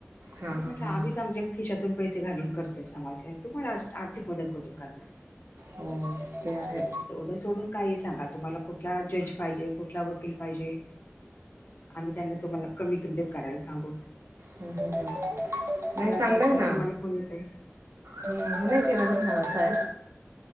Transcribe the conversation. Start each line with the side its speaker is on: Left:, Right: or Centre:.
Right: हां
Left: अरे म्हटलं
Right: हां हां
Left: आम्हीच
Right: हां
Left: आमच्या खिशातून पैसे घालून करते समाज तुम्हाला आर्थिक मदत कुठून करणार.
Right: हो ते आहे.
Left: तेवढं सोडून काही सांगा तुम्हाला कुठला जज पाहिजे कुठला वकील पाहिजे. आम्ही त्यांना तुम्हाला कमी किमतीत करायला सांगू.
Right: हम्म हम्म हम्म
Left: कोणाला
Right: नाही चांगलं
Left: तरी
Right: आहे
Left: फो-
Right: ना.
Left: तुम्हाला फोन येतय
Right: हम्म नाही ते माझ भावाच आहे.